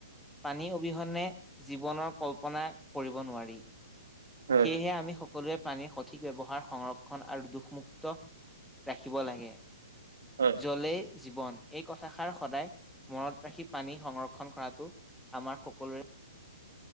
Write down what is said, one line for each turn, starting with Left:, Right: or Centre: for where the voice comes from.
Centre: পানী অবিহনে জীৱনৰ কল্পনা কৰিব নোৱাৰি।
Right: হয় হয়
Centre: সেয়েহে আমি। সকলোৱে পানীৰ সঠিক ব্যৱহাৰ সংৰক্ষণ আৰু দুষমুক্ত ৰাখিব লাগে।
Right: হয়
Centre: জ্বলে। জীৱন এই কথাষাৰ সদায় মনত ৰাখি পানী সংৰক্ষণ কৰাটো। আমাৰ সকলোৰে।